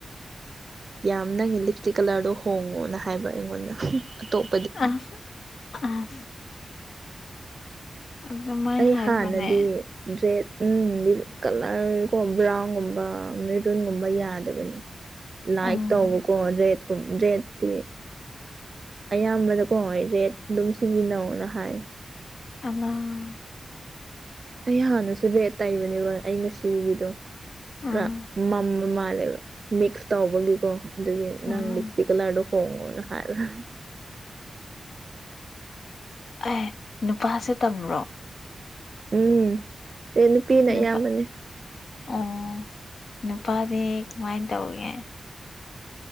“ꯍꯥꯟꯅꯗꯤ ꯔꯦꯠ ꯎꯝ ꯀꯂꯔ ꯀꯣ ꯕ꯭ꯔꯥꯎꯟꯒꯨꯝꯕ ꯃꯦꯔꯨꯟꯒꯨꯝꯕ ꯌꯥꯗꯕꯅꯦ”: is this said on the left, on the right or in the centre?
Right